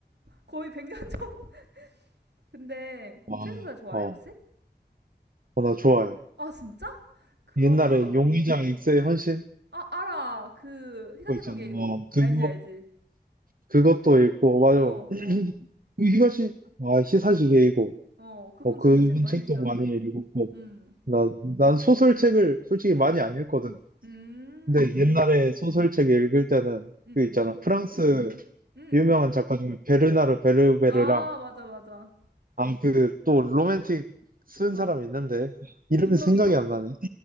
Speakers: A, on the right; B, on the right.
A: 거의 100년 전. <laughs> 근데
B: 와,
A: 출소설 좋아해,
B: 어,
A: 혹시?
B: 어, 나 좋아해.
A: 아, 진짜? 그러면
B: 옛날에 용의장 엑스의 헌신
A: 아, 알아. 그, 히가시노게
B: 그거 있잖아. 어,
A: 이거.
B: 그거
A: 알지, 알지.
B: 그것도 읽고 맞아.
A: 어,
B: <clears throat>
A: 어,
B: 그 히가시 아 히사시 게이고
A: 어. 그분
B: 어 그분
A: 진짜 책 많이
B: 책도
A: 내시잖아.
B: 많이 읽었고
A: 음,
B: 나, 난 소설책을 솔직히
A: 음,
B: 많이 안 읽거든.
A: 음,
B: 근데 옛날에 소설책 읽을 때는
A: 음, 음,
B: 그 있잖아. 프랑스
A: 음. 음.
B: 유명한 작가 중에 베르나르 베르베르랑
A: 아, 맞아, 맞아.
B: 아 그 또 로맨틱 쓴
A: 어.
B: 사람 있는데 이름이
A: 김여미소?
B: 생각이 안 나네.